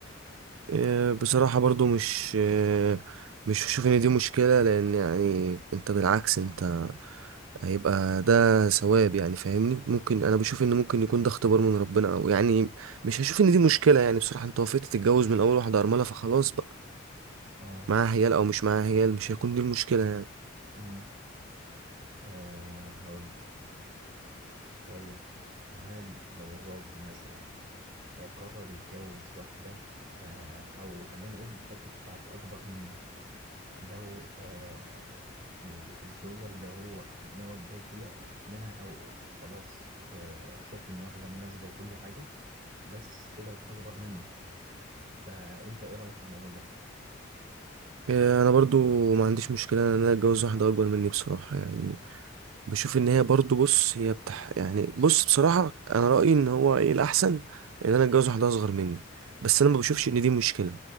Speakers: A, on the right (about 85°); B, on the right (about 40°).
A: إيه، بصراحة برضو مش إيه، مش بشوف ان دي مشكلة لان يعني انت بالعكس انت هيبقى ده ثواب يعني فاهمني ممكن
B: مم.
A: انا بشوف ان ممكن يكون ده اختبار من ربنا او يعني مش هشوف ان دي مشكلة يعني بصراحة انت وافقت تتجوز من اول واحدة ارملة فخلاص بقى
B: اه
A: معاها عيال او مش معاها عيال مش هيكون دي المشكلة يعني
B: امم آه هقول لك طيب هل لو الراجل مثلا آه، قرر يتجوز واحدة آه أو خلينا نقول الحتة بتاعت أكبر منه لو آه ال- الزوجة اللي هو ناوي يتجوز بيها منها أو خلاص آه شاف إن واحدة مناسبة وكل حاجة بس طلعت أكبر منه فأنت إيه رأيك في الموضوع ده؟
A: إيه، انا برضو ما عنديش مشكله ان انا اتجوز واحده اكبر مني بصراحه يعني بشوف ان هي برضو بص هي بتح يعني بص بصراحه انا رايي ان هو ايه الاحسن ان انا اتجوز واحده اصغر مني بس انا ما بشوفش ان دي مشكله